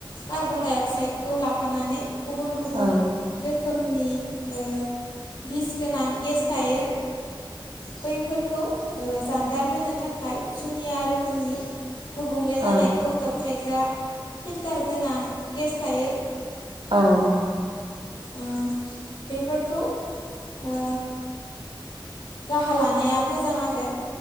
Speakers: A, on the left; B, on the right.
A: कार्बन-डाइ अक्साइडखौ लाफानानै गुबुन गुबुन
B: औ
A: रोखोमनि ओ बिस गोनां गेस थायो बैफोरखौ ओ जानगार होनो थाखाय जुनिया रोखोमनि गुबुंले
B: औ
A: जानायखौ दबथायग्रा फिल्टार गोनां गेस थायो
B: औ
A: ओ बेफोरखौ ओ राहा लानाया मोजां आरो